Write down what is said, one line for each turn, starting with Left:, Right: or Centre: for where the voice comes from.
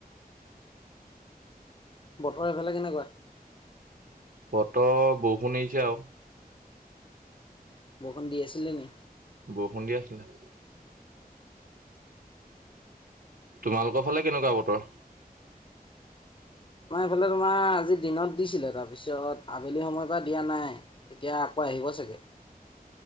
Left: বতৰ এফালে কেনেকুৱা?
Right: বতৰ বৰষুনিছে আৰু
Left: বৰষুণ দি আছিলে নি?
Right: বৰষুণ দি আছিলে। তোমালোকৰ ফালে কেনেকুৱা বতৰ?
Left: মই এইফালে তোমাৰ আজি দিনত দিছিলে তাৰপিছত আবেলি সময়ৰ পৰা দিয়া নাই এতিয়া আকৌ আহিব চাগে।